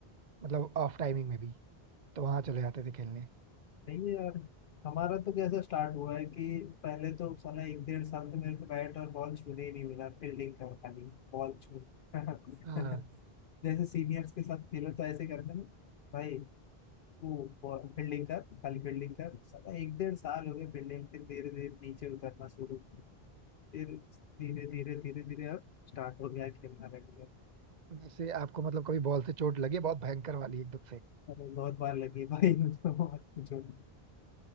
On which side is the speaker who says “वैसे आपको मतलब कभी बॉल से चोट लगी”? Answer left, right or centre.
Right